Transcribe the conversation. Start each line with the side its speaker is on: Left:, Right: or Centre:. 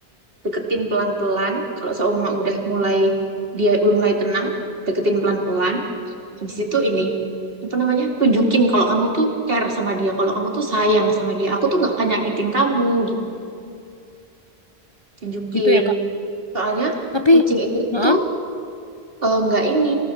Right: deketin pelan-pelan. Kalau seumur udah mulai dia udah mulai tenang, deketin pelan-pelan. Habis itu ini apa namanya? Tunjukin kalau kamu tuh care sama dia, kalau kamu tuh sayang sama dia. Aku tuh nggak akan nyakitin kamu gitu. Tunjukin.
Left: gitu ya kak
Right: Soalnya
Left: tapi
Right: kucing itu
Left: Heeh.
Right: eh, nggak ini,